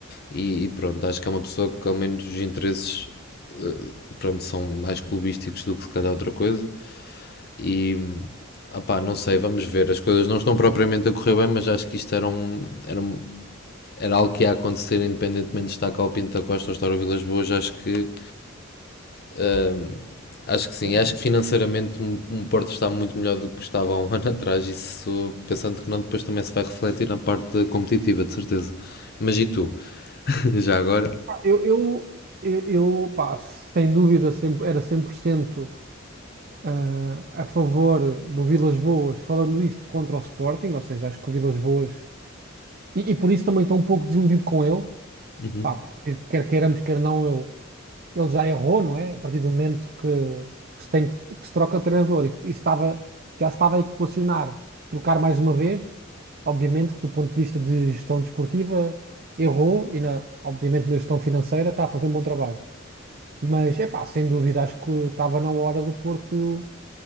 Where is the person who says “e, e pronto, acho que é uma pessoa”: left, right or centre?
Left